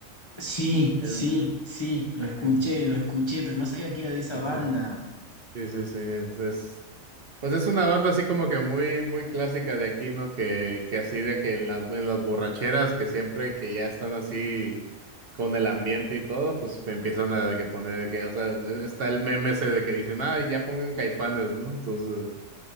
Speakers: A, on the left (about 35°); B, on the right (about 50°).
A: Sí,
B: Eh,
A: sí, sí, lo escuché,
B: eh,
A: lo escuché, pero no sabía que era de esa
B: eh.
A: banda.
B: Sí, sí, sí, es, es- pues es una banda así como que muy, muy clásica de aquí, ¿no? Que, que así de que en las, en las borracheras, que siempre que ya están así con el ambiente y todo, pues me empiezan a que poner, que, o sea, e- está el meme ese de que dicen, ah, ya pongan Caifanes, ¿no? Entonces,